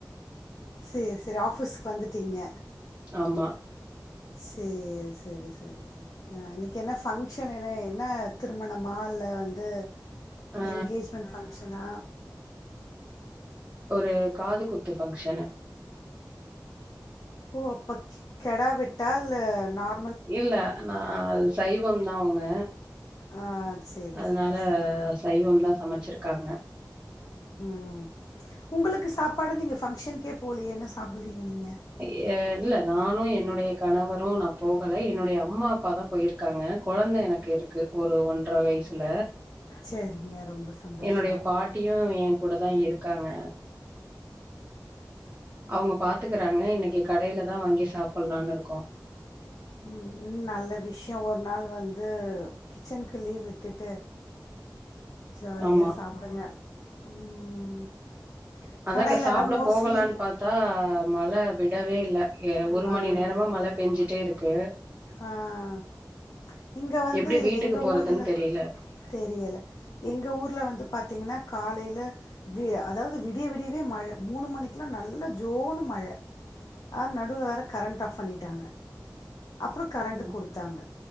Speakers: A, on the left (about 55°); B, on the right (about 20°).
A: சேர் சேரி ஆஃபீஸ்க்கு வந்துட்டீங்க
B: ஆமா
A: சேர் சரி சரி சரி ஆ இன்னைக்கி என்ன பங்க்ஷன் என்ன என்ன திருமணமா இல்ல வந்து
B: ஆ
A: எங்கேஜ்மெண்ட் ஃபங்ஷனா
B: ஒரு காது குத்து ஃபங்ஷனு
A: ஓ அப்பக் கெ கெடா வெட்டா இல்ல நான்
B: இல்ல நா சைவம்தா அவுங்க
A: ஆ சேரி,
B: அதனால
A: சேரி, சேரி.
B: சைவம்தா சமைச்சுருக்காங்க
A: ம். உங்களுக்கு சாப்பாடு நீங்க ஃபங்ஷன்கே போலையே என்ன சொ சாப்டுவீங்க நீங்க
B: ஏ இல்ல நானும் என்னுடைய கணவரும் நா போகல என்னுடைய அம்மா அப்பாதா போயிருக்காங்க கொழந்த எனக்கு இருக்கு ஒரு ஒன்றர வயசுல
A: சேரிங்க ரொம்ப சந்தோஷோ.
B: என்னுடைய பாட்டியும் ஏ கூடதா இருக்காங்க அவங்க பாத்துக்கறாங்க இன்னைக்கு கடையில தான் வாங்கி சாப்பிடலான்னு இருக்கோம்
A: உம் நல்ல விஷயோ ஒரு நாள் வந்து கிச்சன்க்கு லீவ் விட்டுட்டு ஜாலியா
B: ஆமா
A: சாப்டுங்க உம் ம்
B: அதாங்க
A: கடைலனா
B: சாப்பிட
A: மோஸ்ட்லி
B: போகலான்னு பாத்தா மழ விடவே இல்ல எ ஒரு
A: மழ
B: மணி நேரமா
A: விடவே
B: மழ
A: ஒரு மணி விடவே
B: பேஞ்சிட்டே
A: இல்ல
B: இருக்கு
A: ஆ இங்க வந்து
B: எப்டி வீட்டுக்கு
A: எங்க
B: போறதுன்
A: ஊர்ல
B: தெரியல
A: தெரியல எங்க ஊர்ல வந்து பாத்தீங்கன்னா காலைல வி அதாவது விடிய விடியவே மழ மூணு மணிக்கெலாம் நல்ல ஜோனு மழ அ நடுவ்ல வேறு கரண்ட் ஆஃப் பண்ணிட்டாங்க அப்றம் கரண்ட்டு
B: ம்
A: குடுத்தாங்க